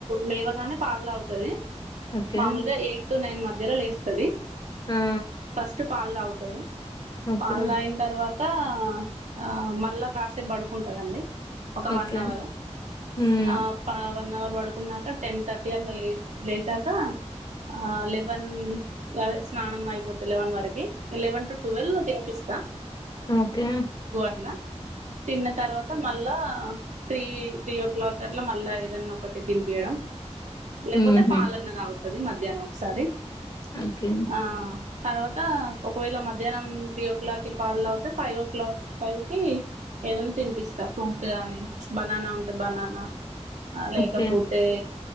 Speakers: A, on the right; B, on the left.
A: లేవగానే పాల్తాగుతది
B: ఓకే
A: మామూలుగా ఎయిట్టు నైన్ మధ్యలో లేస్తది
B: ఆ
A: ఫస్ట్ పాల్తగుతది
B: ఓకే
A: పాలు తాగిన తర్వాత ఆ మళ్ళా కాసేపు పడుకుంటదండి ఒక
B: ఓకే
A: వన్ అవర్
B: హ్మ్.
A: ఆ వన్ అవర్ పడుకున్నాక టెన్ థర్టీ అట్ల లే లేచాక ఆ లెవెన్ అదే స్నానం అయిపోతది లెవెన్ వరకి ఎలెవెన్ టు ట్వుల్వ్ తినిపిస్తా
B: ఒకే
A: న్న తిన్నతర్వ మళ్ళా త్రీ త్రీఓ క్లాక్ అట్ల మళ్ళా ఏదన్నా ఒకటి తినిపియడం లేకపోతే
B: హుహు.
A: పాలన్న తగుతుంది మధ్యాహ్నం ఒసారి
B: ఒకే
A: ఆ తర్వాత ఒకవేళ మధ్యాహ్నం త్రీఓ క్లాక్కిి పాల్తాగితే ఫైవ్ ఓ క్లాక్ ఫైవ్కి ఏదనా తినిపిస్తా ఫ్రూట్ గాని బనానా ఉంటే బనానా ఆ లేకపోతే
B: ఓకే.